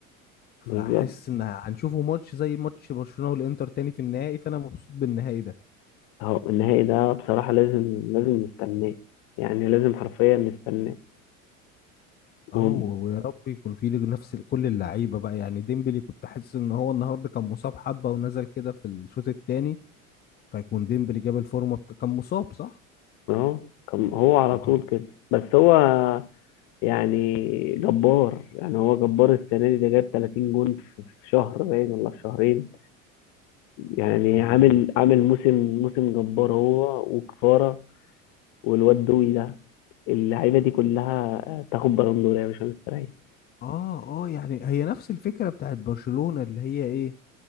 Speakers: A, on the left; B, on the left.
A: فحاسس
B: بالظبط
A: ان هنشوفه ماتش زي ماتش برشلونة والانتر تاني في النهائي فانا مبسوط بالنهائي ده
B: اهو النهائي ده بصراحة لازم لازم نستناه يعني لازم حرفيا نستناه
A: اه
B: وهم-
A: ويا رب يكون فيه نفس ال- كل اللعيبه بقى يعني ديمبلي كنت حاسس ان هو النهارده كان مصاب حبه ونزل كده في الشوط التاني فيكون ديمبلي جاب الفورمه بتا... كان مصاب صح؟
B: اهو كان هو على
A: ما
B: طول
A: هو
B: كده بس هو يعني جبار يعني هو جبار السنة دي ده جاب 30 جون في في شهر باين ولا في شهرين يعني
A: ما
B: عامل
A: هو مش
B: عامل
A: عارف.
B: موسم موسم جبار هو وكفارة والواد دوي ده اللعيبة دي كلها آه، تاخد بالون دور يا باشا مستريح
A: اه اه يعني هي نفس الفكره بتاعت برشلونة اللي هي ايه